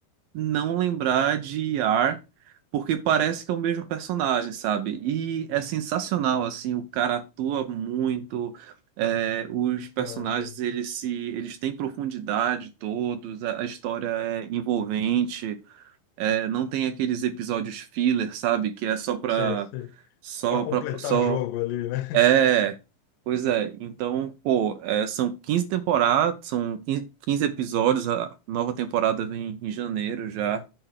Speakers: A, on the right; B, on the left.
A: não lembrar de Iar, porque parece que é o mesmo personagem, sabe? E é sensacional, assim, o cara atua muito, é, os personagens,
B: mano,
A: eles se, eles têm profundidade todos, a, a história é envolvente, é, não tem aqueles episódios filler, sabe? Que é só pra,
B: sei, sei.
A: só
B: para completar
A: pra, só
B: o jogo ali, né? <laughs>
A: é, pois é. Então, pô, é, são quinze temporadas, são 15 15 episódios, a nova temporada vem em janeiro já.